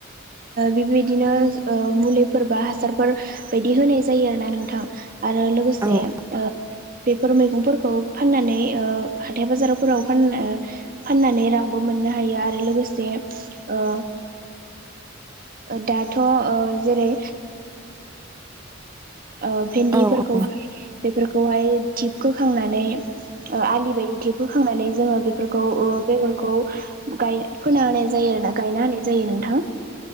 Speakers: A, on the right; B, on the right.
A: बिबायदिनो मुलिफोर बा हासारफोर बायदि होनाय जायो आरोना नोंथां आरो लोगोसे
B: औ
A: ओ बेफोर मैगंफोरखौ फाननानै ओ हाथाय बाजारफोराव फानना ओ फाननानै रांबो मोननो हायो आरो लोगोसे ओ ओ दाथ' ओ जेरै ओ भेन्दिफोरखौहाय
B: औ औ
A: बेफोरखौहाय धिप खोखांनानै ओ आलि बायदि धिप होखांनानै जोङो बेफोरखौ ओ बेगरखौ गाय फोना होनाय जायो आरोना गायना होनाय जायो नोंथां।